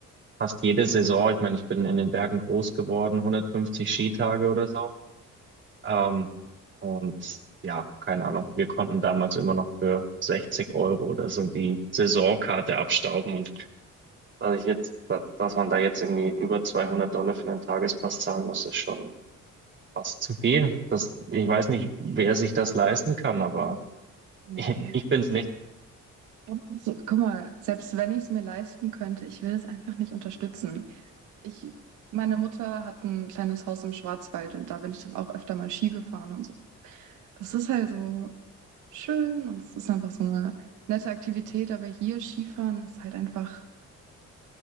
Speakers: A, on the right; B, on the right.
A: fast jede Saison, ich meine, ich bin in den Bergen groß geworden, hundertfünfzig Skitage oder so. Ähm, und ja, keine Ahnung, wir konnten damals immer noch für 60 Euro oder so die Saisonkarte abstauben und also ich jetzt, da- dass man da jetzt irgendwie über 200 Dollar für einen Tagespass zahlen muss, ist schon fast zu viel. Das, ich weiß nicht, wer sich das leisten kann, aber <laughs>
B: Nee.
A: ich, bin's nicht.
B: Aber So, guck mal, selbst wenn ich es mir leisten könnte, ich will es einfach nicht unterstützen. Ich, meine Mutter hat ein kleines Haus im Schwarzwald und da bin ich dann auch öfter mal Ski gefahren und so. Das ist halt so schön und es ist einfach so eine nette Aktivität, aber hier Skifahren ist halt einfach,